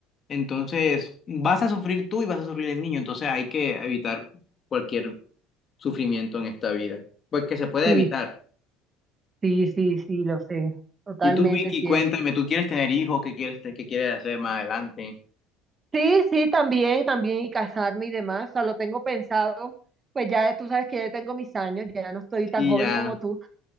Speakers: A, on the left; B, on the right.
A: Entonces, vas a sufrir tú y vas a sufrir el niño. Entonces, hay que evitar cualquier sufrimiento en esta vida. Pues que se puede
B: Sí,
A: evitar.
B: sí, sí, sí, lo sé. Totalmente
A: Y tú, Vicky,
B: cierto.
A: cuéntame, ¿tú quieres tener hijos? ¿Qué quieres, te- qué quieres hacer más adelante?
B: Sí, sí, también, también, y casarme y demás. O sea, lo tengo pensado. Pues ya tú sabes que ya tengo mis años, ya no estoy tan
A: Y
B: joven
A: ya.
B: como tú.